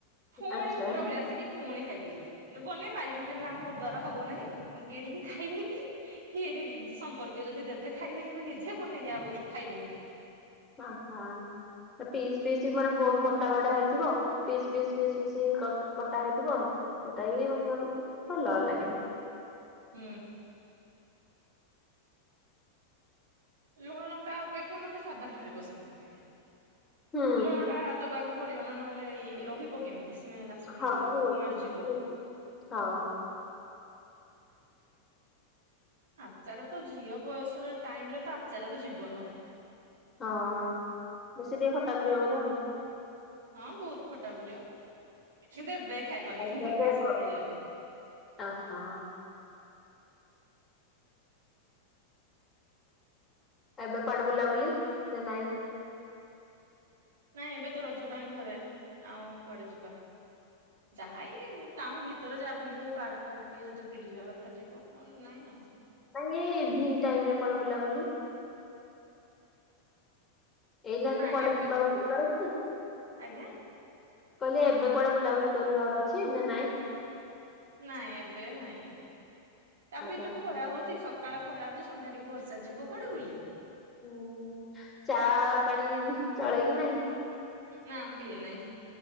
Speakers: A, on the right; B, on the left.
A: ପୁଣି
B: ଆଚ୍ଛା
A: ଉପର ଭଳି ଆସିକି ପୁଣି ଖାଇଦେବି ବନେଇ ପାରିଲଁ ନା ମୋ ଦ୍ଵାରା ହବ ନାହିଁଁ କିଣିକି ଖାଇବି କି କିରି ସମ୍ପର୍କୀୟ ଯଦି ଦେବେ ଖାଇବେ କି ନିଜେ ବନେଇଗି ଆଉ ଖାଇବିନି
B: ହଁ ହଁ। ପିସ୍ ପିସ୍ ମାନେ ବହୁତ ମୋଟା ବୋଟା ହେଇଥିବ ପିସ୍ ପିସ୍ ପିସ୍ ପିସ୍ କଟା ହେଇଥିବ ସେଟା ବି ମତେ ଭଲ ଲାଗେ
A: ହୁଁ। ଲୁଣ ଲଙ୍କା ଅପେକ୍ଷା ମତେ ସାଧା ଭାରି ପସନ୍ଦ ଲାଗେ।
B: ହୁଁ
A: ଲୁଣ ଟା ଦବାକୁ ପଡିବ ନା ନହେଲେ ଇ ରହିବ କେମିତି ସ୍ମେଲ ଆସିବ
B: ହଁ
A: ନହେଲେ
B: ହୁଁ
A: ପୋକ ମାରି ଯିବ
B: ହୁଁ। ହଁ।
A: ଆଚାର ତ ଝିଅ ବୟସର ଟାଇମରେ ତ ଆଚାରର ଜୀବନ
B: ହଁ ବେଶୀ ଟିକେ ଖଟା ପ୍ରିଅ ବୋଧେ ଆଉ
A: ହଁ ବହୁତ ଖଟା ପ୍ରିୟ କିନ୍ତୁ ଏବେ ଖାଇପାରୁନି
B: ଆଜ୍ଞା ଦେବ।
A: ଗ୍ୟାସ ଟିକେ ହେଇ ଯାଉଛି
B: ଓହୋ ଏବେ କୁଆଡେ ବୁଲାବୁଲି ନା ନାଇଁ?
A: ନାଇଁ ଏବେ ତ ରଜ ପାଇଁ ଘରେ ଆଉ କୁଆଡେ ଯିବା ଯାହା ହେଈଁ ଟାଉନ ଭିତରେ ଯାହା ବୁଲିବ ପାର୍କ ଫାର୍କ ଟିକେ ଯଦି ବୁଲିଯିବା କଥା ଯିବ ନାଇଁ ଆଉ
B: ନାଇ ଇଭିନିଂ ଟାଇମ ରେ କଣ ବୁଲାବୁଲି ଏଇନା
A: ନାଇଁ
B: ତ କୁଆଡେ
A: ଏବେ
B: ଯିବା <unintelligible> ହ କର
A: ଆଜ୍ଞା
B: କହିଲେ ଏବେ କୁଡେ ବୁଲାବୁଲି କରିବାର ଅଛି ନା ନାଇଁ
A: ନାଇଁ ଏବେ ନାଇଁ ତାପରେ
B: ଆଉ ତ
A: ଯୋଉ ଖରା ହଉଛି ସ ସକାଳ ଖରା ହଉଛି ସନ୍ଧ୍ୟା ଟିକେ ବର୍ଷା ଯିବ କୁଆଡେ ବୁଲି
B: ହୁଁ ଚା ପାଣି ଚଳେ କି ନାଇଁ
A: ନା ଆମ ପିଏ ନାହିଁ